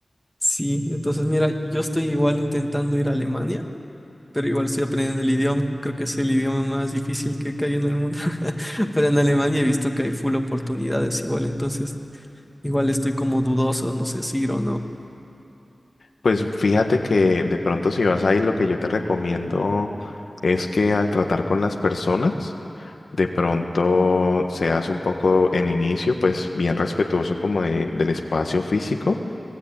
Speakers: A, in the centre; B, on the left.
A: Sí, entonces mira, yo estoy igual intentando ir a Alemania, pero igual estoy aprendiendo el idioma. Creo que es el idioma más difícil que, hay en el mundo. <laughs> Pero en Alemania he visto que hay full oportunidades igual, entonces igual estoy como dudoso, no sé si ir o no.
B: Pues fíjate que de pronto si vas a ir, lo que yo te recomiendo es que al tratar con las personas, de pronto seas un poco en inicio, pues bien respetuoso como de- del espacio físico,